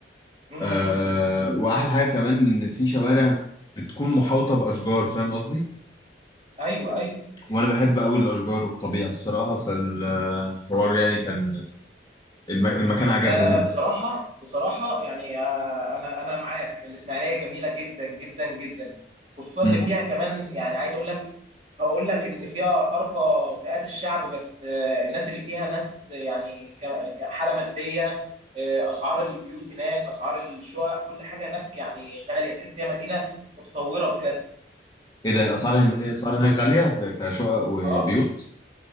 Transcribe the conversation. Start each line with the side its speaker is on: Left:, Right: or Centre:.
Right: امم
Left: آه واحلى حاجه كمان ان في شوارع بتكون محاوطه باشجار فاهم قصدي
Right: ايوه ايوه
Left: وانا بحب قوي الاشجار والطبيعه الصراحه فالحوار يعني كان الم- المكان عجبني
Right: لا لا
Left: جدا
Right: لا بصراحة بصراحة يعني آه، أنا أنا معاك الإسماعيلية جميلة جدا جدا جدا خصوصا
Left: مم.
Right: إن فيها كمان يعني عايز أقول لك هقول لك إن فيها أرقى فئات الشعب بس آه، الناس اللي فيها ناس آه، يعني ك- كحالة مادية آه، أسعار البيوت هناك أسعار الشقق كل حاجة هناك يعني غالية تحس هي مدينة متطورة بجد
Left: ايه ده اسعار هن- إيه اسعار هناك غاليه في- كشقق وبيوت
Right: أه